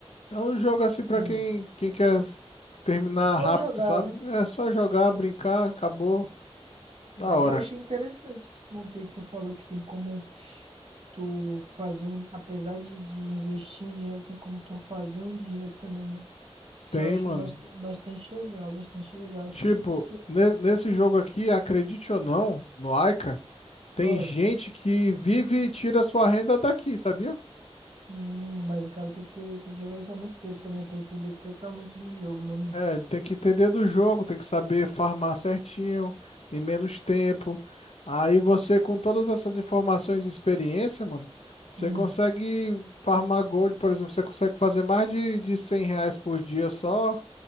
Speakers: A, on the left (about 75°); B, on the right (about 65°).
A: É um jogo assim
B: Sim.
A: pra quem, quem quer terminar
B: Só
A: rápido,
B: jogar,
A: sabe?
B: né?
A: É só jogar, brincar, acabou, da
B: Legal,
A: hora.
B: achei interessante esse ponto aí que tu falou que tem como tu fazer um. Apesar de, de investir em dinheiro, tem como tu fazer um dinheiro também, né? Isso
A: Tem,
B: eu acho
A: mano.
B: bast bastante legal, bastante legal, assim,
A: Tipo,
B: porque.
A: ne- nesse jogo aqui, acredite ou não, no Aika, tem
B: Ah,
A: gente que vive e tira sua renda daqui, sabia?
B: hum, mas o cara tem que ser, tem que jogar isso há muito tempo também pra entender totalmente do jogo, né, mano?
A: É, tem que entender do jogo, tem que saber farmar certinho, em menos tempo. Aí você, com todas essas informações e experiência, mano, você
B: Hum,
A: consegue farmar gold, por exemplo, você consegue fazer mais de, de 100 reais por dia só